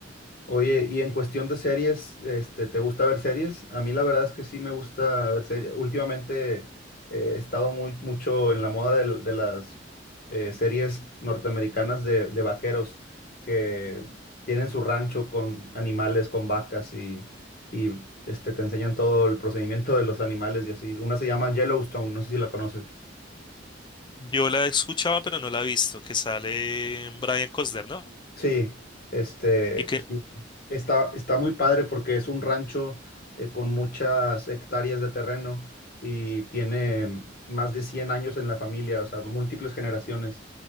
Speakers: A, on the left; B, on the left.
A: Oye, y en cuestión de series, este, ¿te gusta ver series? A mí la verdad es que sí me gusta ver series. Últimamente eh, he estado muy, mucho en la moda del- de, las eh, series norteamericanas de, de vaqueros que tienen su rancho con animales, con vacas y, y este, te enseñan todo el procedimiento de los animales y así. Una se llama Yellowstone, no sé si la conoces.
B: Yo la he escuchado, pero no la he visto, que sale Brian Cosner, ¿no?
A: Sí, este,
B: Y que
A: sí, está, está muy padre porque es un rancho eh, con muchas hectáreas de terreno y tiene más de 100 años en la familia, o sea, múltiples generaciones.